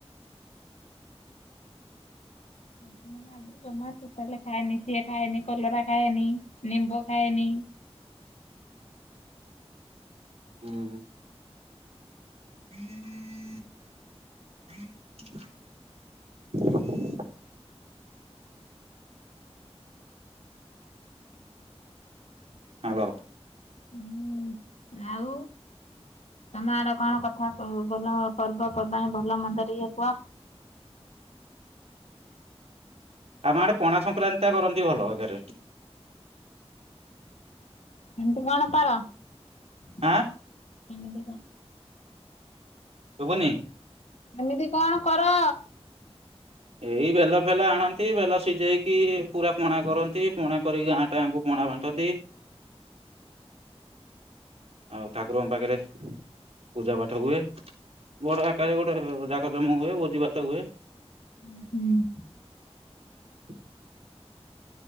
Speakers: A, on the left; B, on the right.
A: ଗ ଜମା ତାହଲେ ଖାଏନି ସିଏ ଖାଏନି କଲରା ଖାଏନି ନିମ୍ବୁ ଖାଏନି
B: ହୁଁ। ହଁ ହ। ହ୍ୟାଲୋ।
A: ହୁଁ ଆଉ ତମ ଆଡ କଣ କଥା କ ଭଲ ପର୍ବପର୍ବାଣି ଭଲ ମନ୍ଦର ଇଏ କୁହ।
B: ଆମ ଆଡେ ପଣା ସଂକ୍ରାନ୍ତି ଟ କରନ୍ତି ଭଲ ଆଗରେ
A: ଏମିତି କଣ କର କେମିତି
B: ଆଁ
A: କଣ?
B: ରୁବୁନି
A: ଏମିତି କଣ କର?
B: ଏଇ ବେଲ ଫେଲ ଆଣନ୍ତି ବେଲ ସିଝେଇକି ପୁରା ପଣା କରନ୍ତି ପଣା କରିକି ଗାଁ ଟା ଗାଙ୍କୁ ପଣା ବାଣ୍ଟନ୍ତି। ଆଉ ଠାକୁରଙ୍କ ପାଖରେ ପୂଜା ପାଠ ହୁଏ ବଡ ଆକାରରେ ଗୋଟେ ଜାକ ଜମ ହୁଏ ଭୋଜି ଭାତ ହୁଏ।
A: ହୁଁ ହୁଁ।
B: ଆ